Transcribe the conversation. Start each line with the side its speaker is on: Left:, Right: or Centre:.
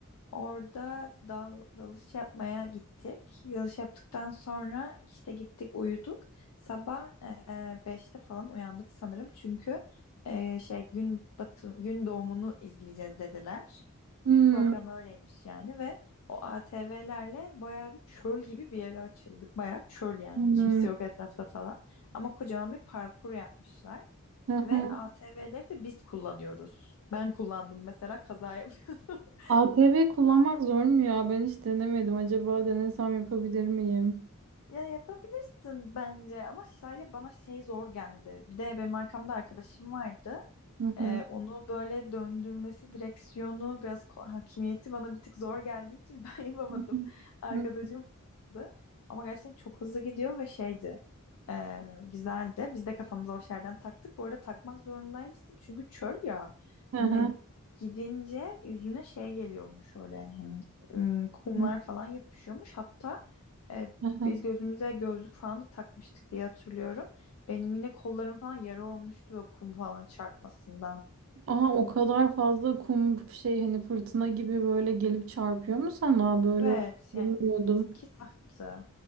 Left: orada dal, dalış yapmaya gittik. Dalış yaptıktan sonra işte gittik uyuduk. Sabah e, 5'te falan uyandık sanırım. Çünkü e, şey gün batım gün doğumunu izleyeceğiz dediler.
Right: Hmm,
Left: Program öyleymiş yani ve o ATV'lerle bayağı bir çöl gibi bir yere açıldık. Bayağı çöl yani.
Right: hı
Left: Kimse yok etrafta falan. Ama kocaman bir parkur yapmışlar.
Right: hı, hı.
Left: Ve ATV'leri de biz kullanıyoruz. Ben kullandım mesela kaza yapıyordum. <laughs>
Right: ATV kullanmak zor mu ya? Ben hiç denemedim. Acaba denesem yapabilir miyim?
Left: Ya yapabilirsin bence ama sadece bana şey zor geldi. Bir de benim arkamda arkadaşım vardı.
Right: Hı hı.
Left: Ee, onu böyle döndürmesi, direksiyonu, biraz ko- hakimiyeti bana bir tık zor geldiği için <laughs> ben yapamadım.
Right: Hı hı.
Left: Arkadaşım vardı. Ama gerçekten çok hızlı gidiyor ve şeydi. ee, güzeldi. Biz de kafamıza o şerden taktık. Bu arada takmak zorundaymışsın çünkü çöl ya. Hani
Right: Hı hı.
Left: gidince yüzüne şey geliyormuş öyle hani ım, kumlar
Right: Hı hı.
Left: falan yapışıyormuş. Hatta e,
Right: Hı hı.
Left: biz gözümüze gözlük falan da takmıştık diye hatırlıyorum. Benim yine kollarım falan yara olmuştu böyle kum falan çarpmasından.
Right: Aa, o kadar fazla kum şey hani fırtına gibi böyle gelip çarpıyor mu sana? Böyle
Left: Evet
Right: olduğunu bilmiyordum.
Left: yani ki sahtı.